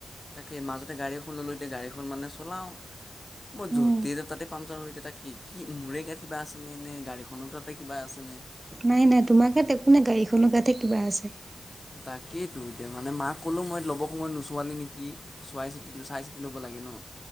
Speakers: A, on the left (about 25°); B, on the right (about 25°).
A: তাকে, মাজতে গাড়ী এখন ললোঁ, এতিয়া গাড়ীখন মানে চলাওঁ। মই
B: উম।
A: য'তেই যাওঁ তাতে পামচাৰ হৈ, তাক কি কি মোৰে গাত কিবা আছেনে, নে গাড়ীখনৰ তাতে কিবা আছেনে।
B: নাই নাই তোমাৰ গাত একো নাই, গাড়ীখনৰ গাতে কিবা আছে।
A: তাকেইতো, এতিয়া মানে মাক ক'লো মই ল'ব সময়ত নোচোৱালি নেকি? চোৱাই চিতি, চাই চিতি ল'ব লাগে ন।